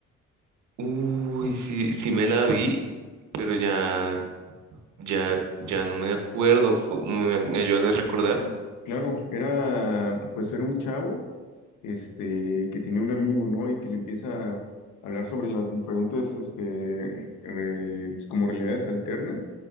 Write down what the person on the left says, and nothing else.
Claro, era, pues era un chavo, este, que tenía un amigo, ¿no? Y que le empieza a hablar sobre las diferentes, este, eh, como realidades alternas.